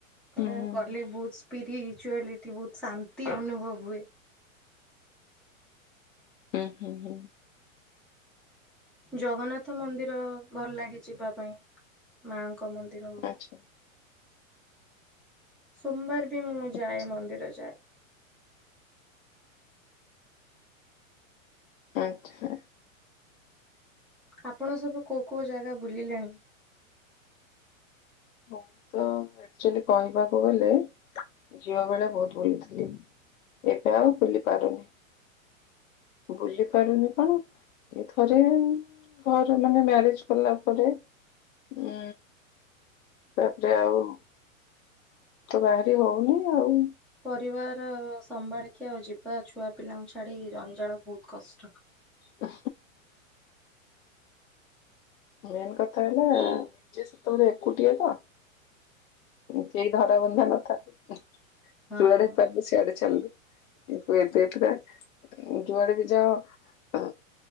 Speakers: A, on the left; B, in the centre.
A: ହୁଁ
B: ଏ
A: ହୁଁ
B: ଗଲେ ବହୁତ ସ୍ପିରିଚୁଆଲିଟି ବହୁତ ଶାନ୍ତି ଅନୁଭବ ହୁଏ।
A: ଉଁ ହୁଁ ହୁଁ।
B: ଜଗନ୍ନାଥ ମନ୍ଦିର ଭଲ ଲାଗେ ଯିବା ପାଇଁ। ମାଙ୍କ ମନ୍ଦିର ହଉ
A: ଆଚ୍ଛା
B: ସୋମବାର ବି ମୁଁ
A: ଆଚ୍ଛା
B: ଯାଏ, ମନ୍ଦିର ଯାଏ।
A: ଆଚ୍ଛା।
B: ଆପଣ ସବୁ କୋଉ କୋଉ ଜାଗା ବୁଲିଲେଣି?
A: ମୁଁ ତ ଆକ୍ଚୁଆଲି କହିବାକୁ ଗଲେ, ଝିଅ ବେଳେ ବହୁତ ବୁଲିଥିଲି। ଏବେ ଆଉ ବୁଲି ପାରୁନି। ବୁଲି ପାରୁନି କଣ ଏ ଥରେ ଘରେ, ମାନେ ମ୍ୟାରେଜ କଲା ପରେ, ଉଁ ତାପରେ ଆଉ ତ ବାହାରି ହଉନି ଆଉ
B: ପରିବାର ସମ୍ଭାଳିକିଆ ଆଉ ଯିବା ଛୁଆ ପିଲାଙ୍କୁ ଛାଡି ଜଞ୍ଜାଳ ବହୁତ କଷ୍ଟ
A: ହ ମେନ୍ କଥା ହେଲା ନିଜେ ସେତେବେଳେ ଏକୁଟିଆ ତ କେହି ଧରା ବନ୍ଧା ନଥାନ୍ତି।
B: ହଁ
A: ଯୁଆଡେ ଚାଲିଲୁ ସେଆଡେ ଚାଲିଲୁ କିନ୍ତୁ ଏବେ ପୁରା ଯୁଆଡେ ବି ଯାଅ